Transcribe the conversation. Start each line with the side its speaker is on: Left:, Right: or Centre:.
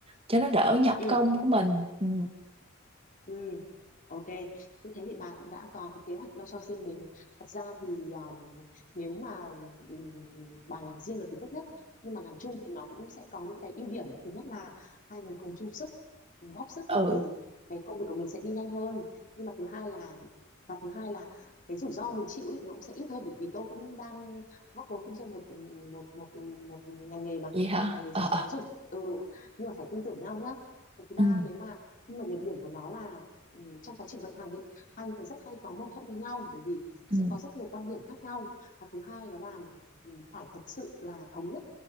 Right: cho nó đỡ nhọc
Left: ừ
Right: công của mình ừ
Left: Ừ, ok. Như thế thì bà cũng đã có cái kế hoạch lo cho riêng mình. Thật ra thì um, nếu mà um, bà làm riêng được thì tốt nhất. Nhưng mà làm chung thì nó cũng sẽ có những cái ưu điểm. Thứ nhất là hai người cùng chung sức, cùng góp sức ý,
Right: ừ
Left: thì cái công việc của mình sẽ đi nhanh hơn. Nhưng mà thứ hai là và thứ hai là cái rủi ro mình chịu ý, nó cũng sẽ ít hơn bởi vì tôi cũng đang góp vốn kinh doanh một một một một ngành nghề mà
Right: Vậy hả?
Left: ngành nghề giáo
Right: Ờ ờ.
Left: giáo dục. Ừ, nhưng mà phải tin tưởng nhau nhá. Cái thứ ba
Right: Ừ
Left: nếu mà nhưng mà nhược điểm của nó là ừm, trong quá trình vận hành ấy, hai người rất hay có mâu thuẫn với nhau bởi vì sẽ
Right: ừ
Left: có rất nhiều quan điểm khác nhau. Và thứ hai đó là ừm, phải thật sự là thống nhất